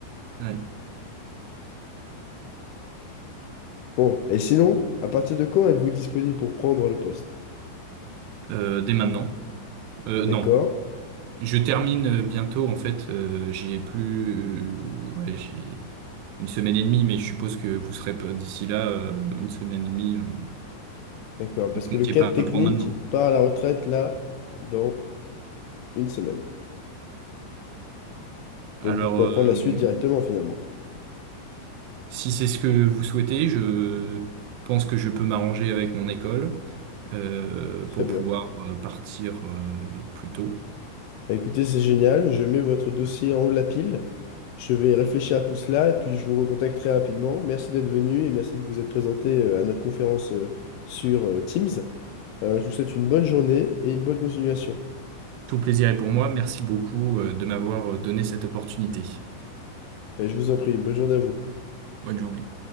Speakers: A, on the right; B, on the left.
A: Ouais.
B: Bon, et sinon, à partir de quand êtes-vous disponible pour prendre le poste?
A: Euh, dès maintenant? Euh,
B: D'accord?
A: non. Je termine euh, bientôt, en fait, euh, j'ai plus... euh, ouais, j'ai une semaine et demie, mais je suppose que vous serez pas d'ici là, euh, une semaine et demie, euh, vous
B: D'accord, parce
A: ne comptiez
B: que le cadre
A: pas
B: technique
A: pour maintenant.
B: part à la retraite là dans une semaine.
A: Alors...
B: Donc vous pourrez prendre
A: euh,
B: la suite directement finalement.
A: Si c'est ce que vous souhaitez, je pense que je peux m'arranger avec mon école euh,
B: Très
A: pour
B: bien.
A: pouvoir euh, partir euh, plus tôt.
B: Bah, écoutez, c'est génial. Je mets votre dossier en haut de la pile. Je vais réfléchir à tout cela et puis je vous recontacte très rapidement. Merci d'être venu et merci de vous être présenté euh, à notre conférence euh, sur euh, Teams. Euh, je vous souhaite une bonne journée et une bonne continuation.
A: Tout plaisir est pour moi. Merci beaucoup euh, de m'avoir euh, donné cette opportunité.
B: Et je vous en prie, bonne journée à vous.
A: Bonne journée.